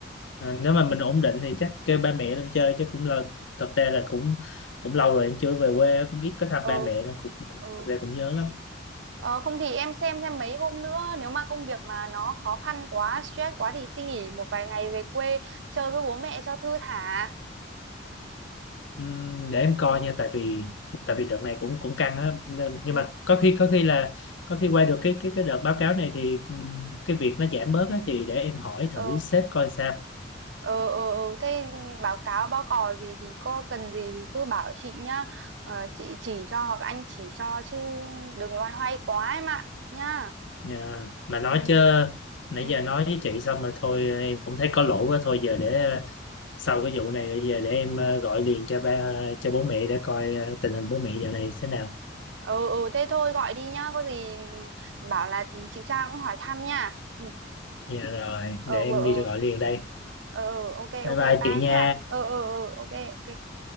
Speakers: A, on the left; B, on the right.
A: à, nếu mà mình ổn định thì chắc kêu ba mẹ lên chơi chứ cũng là thật ra là cũng cũng lâu rồi em chưa về quê cũng ít có thăm
B: ừ
A: ba mẹ nên cũng, cũng
B: ừ
A: thật ra cũng nhớ lắm
B: ờ, không thì em xem xem mấy hôm nữa nếu mà công việc mà nó khó khăn quá stress quá thì xin nghỉ một vài ngày về quê chơi với bố mẹ cho thư thả
A: Ừm, để em coi
B: ừ
A: nha tại vì tại vì đợt này cũng cũng căng á nên, nhưng
B: ừ
A: mà có khi có khi là có khi qua được cái cái cái đợt báo cáo này thì ừm, cái việc nó giảm bớt á, thì để em hỏi thử
B: ờ
A: sếp coi sao
B: ờ ờ ờ. thế báo cáo báo cò gì thì có cần gì thì cứ bảo chị nhá ờ, chị chỉ cho hoặc anh chỉ cho chứ đừng loay hoay quá em ạ nhá
A: Dạ. Mà nói
B: ừ
A: chứ
B: ừ
A: nãy
B: ừ
A: giờ nói với chị xong mà thôi em cũng thấy có lỗi quá thôi giờ để ờ, sau cái vụ này rồi giờ để em ờ, gọi liền cho ba cho bố mẹ để coi ờ, tình hình bố mẹ giờ này thế nào.
B: ờ ờ, thế thôi gọi đi nhá có gì bảo là chị Trang cũng hỏi thăm nha ừ
A: Dạ rồi,
B: ờ
A: để em
B: vợ
A: đi
B: ờ
A: gọi liền đây.
B: ờ ờ, ok
A: Bye
B: ok
A: bye
B: bye
A: chị nha.
B: nhá ờ ờ ờ ok ok